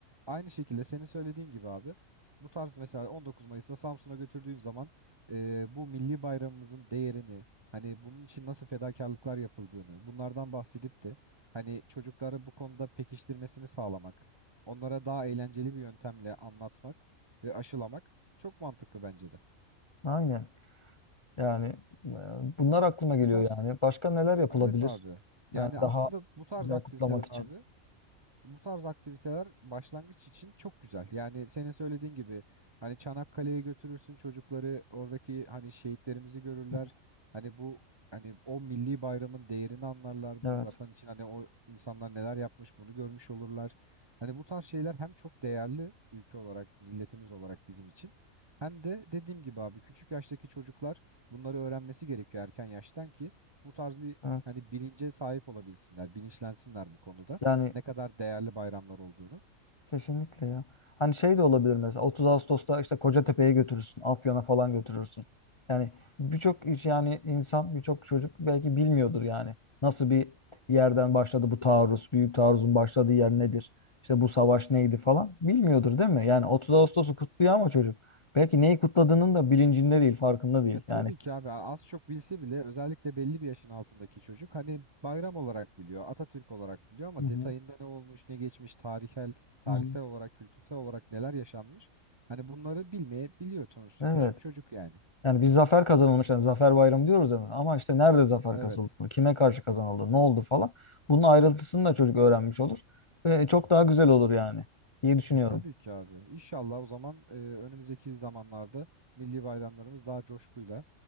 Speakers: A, on the right (about 35°); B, on the left (about 35°).
A: Aynı şekilde senin söylediğin gibi abi bu tarz mesela 19 Mayıs'ta Samsun'a götürdüğün zaman e, bu milli bayramımızın değerini hani bunun için nasıl fedakarlıklar yapıldığını bunlardan bahsedip de hani çocukları bu konuda pekiştirmesini sağlamak, onlara daha eğlenceli bir yöntemle anlatmak ve aşılamak çok mantıklı bence de.
B: Aynen. Yani e, bunlar aklıma geliyor
A: Bu tarz
B: yani. Başka neler yapılabilir?
A: evet abi yani
B: Yani
A: aslında
B: daha
A: bu tarz
B: güzel
A: aktiviteler
B: kutlamak için.
A: abi Bu tarz aktiviteler başlangıç için çok güzel. Yani senin söylediğin gibi hani Çanakkale'ye götürürsün çocukları oradaki hani şehitlerimizi görürler.
B: Hı.
A: Hani bu hani o milli bayramın değerini anlarlar.
B: Evet,
A: Bu vatan için hani o insanlar neler yapmış bunu görmüş olurlar. Hani bu tarz şeyler hem çok değerli ülke olarak milletimiz olarak bizim için. Hem de dediğim gibi abi küçük yaştaki çocuklar bunları öğrenmesi gerekiyor erken yaştan ki bu tarz bir
B: evet.
A: hani bilince sahip olabilsinler, bilinçlensinler bu konuda
B: Yani
A: ne kadar değerli bayramlar olduğunu.
B: kesinlikle ya. Hani şey de olabilir mesela 30 Ağustos'ta işte Kocatepe'ye götürürsün, Afyon'a falan götürürsün. Yani birçok iş yani insan, birçok çocuk belki bilmiyordur yani. Nasıl bir yerden başladı bu taarruz, büyük taarruzun başladığı yer nedir? İşte bu savaş neydi falan bilmiyordur değil mi? Yani 30 Ağustos'u kutluyor ama çocuk belki neyi kutladığının da bilincinde değil, farkında değil.
A: E tabii
B: Yani
A: ki abi az çok bilse bile özellikle belli bir yaşın altındaki çocuk hani bayram olarak biliyor, Atatürk olarak biliyor ama
B: Hı hı.
A: detayında ne olmuş, ne geçmiş, tarihsel, tarihsel
B: Hı hı.
A: olarak, kültürel olarak neler yaşanmış. Hani bunları bilmeyebiliyor sonuçta
B: Evet.
A: küçük çocuk yani.
B: Yani bir zafer kazanılmış. Yani zafer bayramı diyoruz hemen. Ama işte nerede zafer
A: Evet.
B: kazanıldı? Kime karşı kazanıldı? Ne oldu falan. Bunun ayrıntısını da çocuk öğrenmiş olur. Ve çok daha güzel olur yani diye düşünüyorum.
A: E tabii ki abi. İnşallah o zaman e, önümüzdeki zamanlarda milli bayramlarımız daha coşkuyla